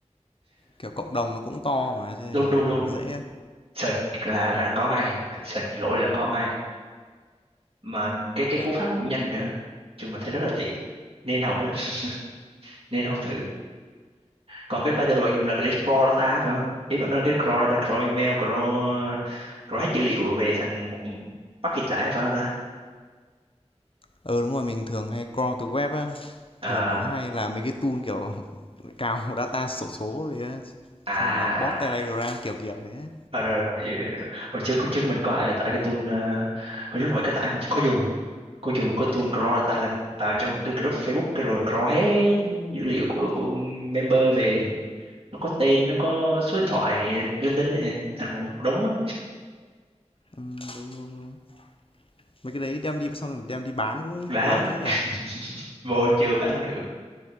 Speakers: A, on the left; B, on the right.
A: kiểu cộng đồng nó cũng to mà
B: <laughs>
A: cho nên
B: đúng
A: là
B: đúng đúng
A: kiểu nó
B: đúng
A: dễ
B: search là
A: hoặc
B: ra có ngay Bạn search lỗi là có ngay mà cái cái
A: cái
B: cú pháp nó cũng nhanh nữa chung là thấy rất là tiện nên học nhá, <laughs> nên học thử còn cái pattern mà bạn dùng là cái để crawl data phải không ý bạn nói là cái crawl data crawl email crawl crawl hết dữ liệu về thành một package lại phải không ta
A: Ờ, đúng rồi, mình thường hay crawl từ web á.
B: Ờ,
A: Thường
B: ờ.
A: mình hay làm mấy cái tool kiểu <laughs> cào data sổ số về á.
B: à
A: Xong
B: à
A: rồi làm bot
B: à
A: Telegram
B: à.
A: kiểu kiểu thế.
B: Ờ, rồi rồi hiểu, hiểu. hiểu. hồi trước hồi trước mình có ai tải cái tool ờ, hồi trước không phải cái tải mình có dùng có dùng một cái tool crawl data là vào trong một cái group Facebook cái rồi crawl hết dữ liệu của của member về nó có tên nó có số điện thoại linh tinh ấy, thành một đống ấy.
A: Ừ, đúng đúng đúng. Mấy cái đấy đem đi xong rồi đem đi bán cũng
B: bán
A: lời phết nhỉ.
B: <laughs> vô chưa bán được